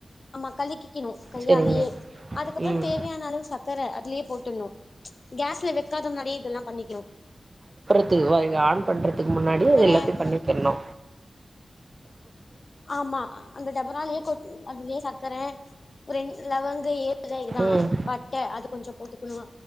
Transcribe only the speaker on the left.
ஆமா கழக்கிக்கிணு கையாலயே
அதுக்கப்பறோ
தேவையான அளவு சக்கர அதுலயே போட்டுன்ணு கேஸ்ல வக்காத முன்னாடியே இதெல்லா பண்ணிக்கணு
சக்கர
ஆமா அந்த டபராலயே கொட் அதுலயே சக்கர ரென் லவங்க ஏ இதா
பட்டை அது கொஞ்சோ போட்டுக்கணு